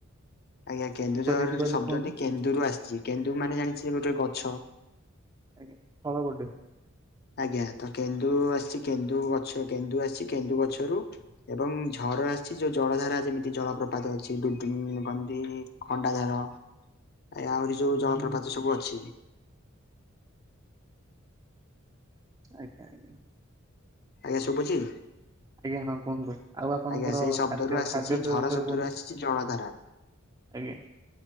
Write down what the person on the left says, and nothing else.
ଆଜ୍ଞା କେନ୍ଦୁଝର
ଶବ୍ଦଟି
କେନ୍ଦୁରୁ ଆସିଛି କେନ୍ଦୁ ମାନେ ଜାଣିଛି ଗୋଟେ ଗଛ।
ଆଜ୍ଞା ତ କେନ୍ଦୁ ଆସିଛି କେନ୍ଦୁ ଗଛ କେନ୍ଦୁ ଆସିଛି କେନ୍ଦୁ ଗଛରୁ। ଏବଂ ଝର ଆସିଛି ଯଉ ଜଳ ଧାରା ଯେମିତି ଜଳପ୍ରପାତ ଅଛି <unintelligible> କଣତି ଖଣ୍ଡା ଧାର।
ଆଜ୍ଞା ଆହୁରି ଯୋଉ
ଜଳପ୍ରପାତି
ସବୁ ଅଛି।
ଆଜ୍ଞା ଶୁଭୁଛି।
ଆଜ୍ଞା ସେଇ ଶବ୍ଦରୁ
ଆସିଛି
ଝର
ଶବ୍ଦରୁ
ଆସିଛି ଜଳଧାରା